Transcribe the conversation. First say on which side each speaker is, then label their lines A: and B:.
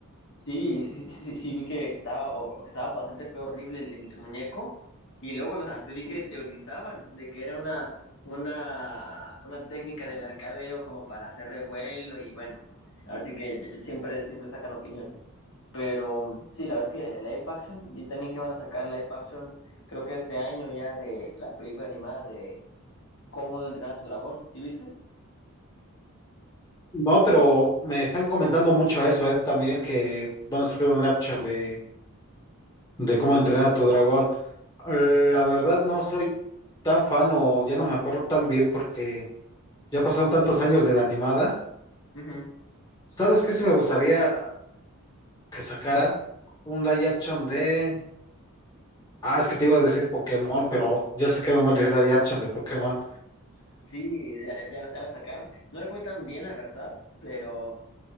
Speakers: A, on the left; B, on the left.
A: Sí, sí, sí, sí, sí, vi que, que estaba, o- que estaba bastante feo, horrible el, el- el muñeco. Y luego hasta vi que teorizaban de que era una, una, una técnica de mercadeo como para hacer revuelo y bueno, así que siempre, siempre sacan opiniones. Pero sí, la verdad es que el live action, vi también que van a sacar live action, creo que este año ya de la película animada de Cómo entrenar a tu dragón, ¿sí viste?
B: No, pero me están comentando mucho eso, eh, también que van a sacar un live action de, de cómo entrenar a tu dragón. La verdad no soy tan fan o ya no me acuerdo tan bien porque ya pasaron tantos años de la animada.
A: Ujú.
B: ¿Sabes qué? Si me gustaría que sacaran un live action de... Ah, es que te ibas a decir Pokémon, pero ya sacaron varios live action de Pokémon.
A: Sí, ya, ya, ya la sacaron. No le fue tan bien, la verdad, pero...